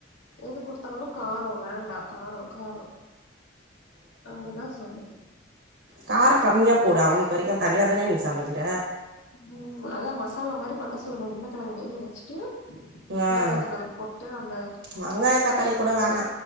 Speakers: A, on the left; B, on the right.
A: எது குடுத் குத்தாலும் காரோ வேண்டா காரோ காரோ அப்டிதா சொல்லுது
B: காரோ கம்மியா போடு அவனுக்கு வரைக்கும் தனியா தானே நீ சமிக்கிற
A: உம் அதா மசாலா மாரி பண்ண சொல்ற உருளக்கெழங்க வேக வச்சிட்டு
B: ஆ
A: வெங்காயதக்காளி போட்டு அதுல
B: வெங்காய தக்காளி கூட வேணா